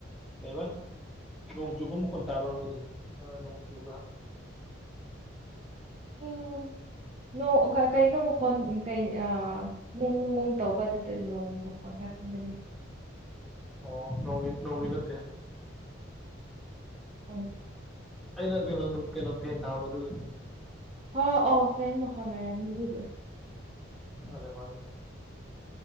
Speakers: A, in the centre; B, on the right.
A: ꯀꯩ ꯑꯦꯕ ꯅꯣꯡ ꯆꯨꯕ ꯃꯈꯣꯜ ꯇꯥꯕ꯭ꯔꯕ ꯍꯧꯖꯤꯛ ꯅꯪꯅ ꯅꯣꯡ ꯆꯨꯕ꯭ꯔ ꯍꯪꯉꯤꯗꯣ
B: ꯎꯝ ꯅꯣꯡ ꯀꯩꯅꯣ ꯃꯈꯣꯜ ꯀꯩ ꯉꯣꯡ ꯉꯣꯡ ꯇꯧꯕ ꯑꯗꯨꯗ ꯅꯣꯡ ꯃꯈꯣꯜ ꯈꯟꯕꯅꯤꯗ
A: ꯑꯣ ꯅꯣꯡ ꯅꯣꯡꯗꯤ ꯅꯠꯇꯦ
B: ꯎꯝ
A: ꯑꯩꯅ ꯀꯩꯅꯣ ꯀꯩꯅꯣ ꯐꯦꯟ ꯊꯥꯕ ꯑꯗꯨꯒꯤꯅꯤ
B: ꯑꯣ ꯑꯣ ꯐꯦꯟ ꯃꯈꯣꯜ ꯑꯣꯏꯔꯝꯅꯤ ꯑꯗꯨꯗꯤ
A: ꯃꯥꯅꯦ ꯃꯥꯅꯦ